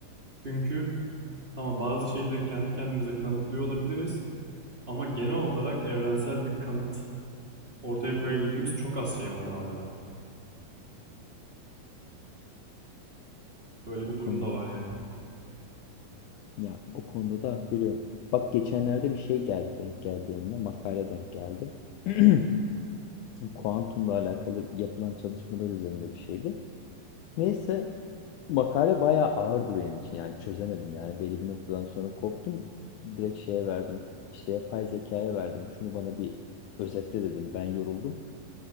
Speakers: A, on the right (about 25°); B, on the left (about 80°).
A: Çünkü tamam bazı şeyleri kendi kendimize kanıtlıyor olabiliriz ama genel olarak evrensel bir kanıt ortaya koyabildiğimiz çok az şey var hala. Böyle
B: O
A: bir
B: konuda
A: durum da var yani.
B: ya o konuda da hak veriyorum. Bak geçenlerde bir şey geldi denk geldi önüme makale denk geldi. <clears throat> Kuantumla alakalı yapılan çalışmalar üzerinde bir şeydi. Neyse makale bayağı ağırdı benim için yani çözemedim yani belli bir noktadan sonra koptum direkt şeye verdim işte yapay zekaya verdim şunu bana bir özetle dedim ben yoruldum.